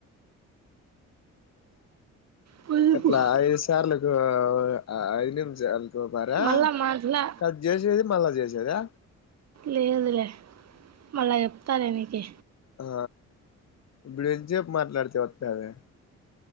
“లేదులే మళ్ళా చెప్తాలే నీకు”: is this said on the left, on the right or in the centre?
Right